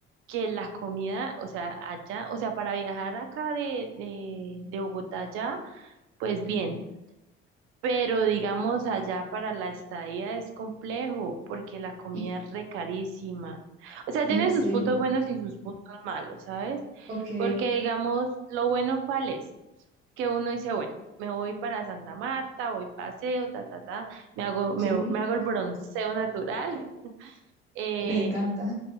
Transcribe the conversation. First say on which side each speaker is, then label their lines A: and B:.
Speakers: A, on the right; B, on the right.
A: que la comida, o sea, allá, o sea, para viajar acá de, de, de Bogotá allá, pues bien, pero digamos allá para la estadía es complejo porque la comida
B: Y,
A: es re carísima. O sea,
B: ¿en
A: tiene
B: serio?
A: sus puntos buenos y sus puntos malos, ¿sabes?
B: Ok,
A: Porque digamos, lo bueno cuál es, que uno dice, bueno, me voy para Santa Marta, voy paseo, ta, ta, ta, me hago, me,
B: sí,
A: me hago el bronceo natural, <laughs> eh,
B: me encanta.